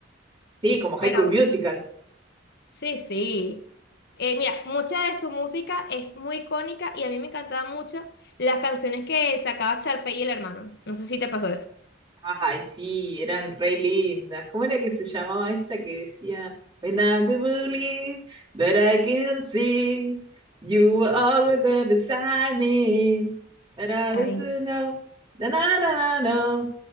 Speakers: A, on the right; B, on the left.
A: Sí, como High
B: Pero
A: School Musical.
B: sí, sí. Eh, mira, mucha de su música es muy icónica y a mí me encantaban mucho las canciones que sacaba Charpe y el hermano. No sé si te pasó eso.
A: Ay, sí, eran re lindas. ¿Cómo era que se llamaba esta que decía? When I do believe that I can see you were always there beside me. But I
B: Ay,
A: don't know. Na, na, na, na, na.